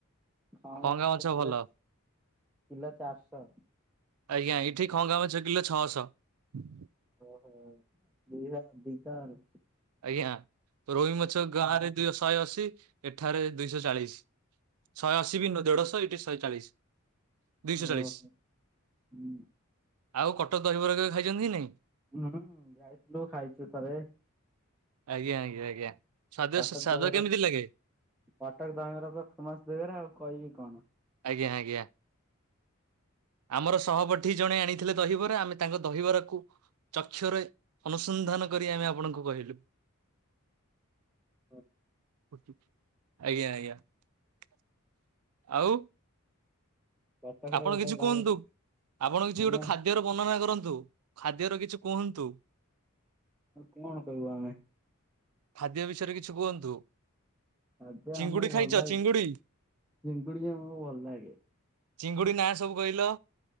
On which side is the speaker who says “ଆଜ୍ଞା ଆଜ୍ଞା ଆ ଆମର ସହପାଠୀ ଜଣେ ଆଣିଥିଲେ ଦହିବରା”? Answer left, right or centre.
Right